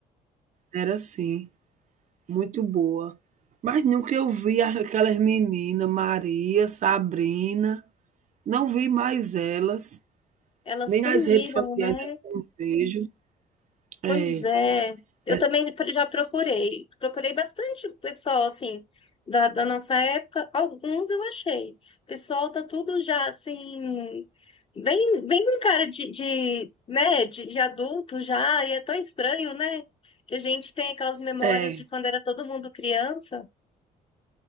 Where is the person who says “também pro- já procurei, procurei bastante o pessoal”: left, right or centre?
Left